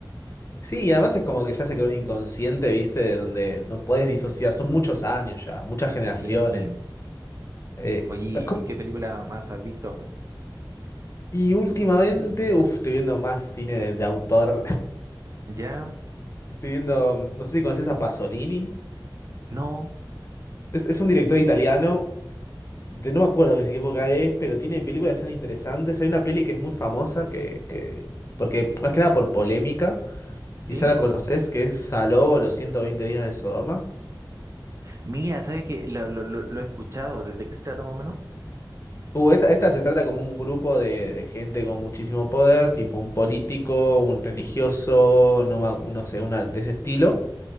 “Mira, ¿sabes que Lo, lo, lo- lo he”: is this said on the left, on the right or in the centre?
Right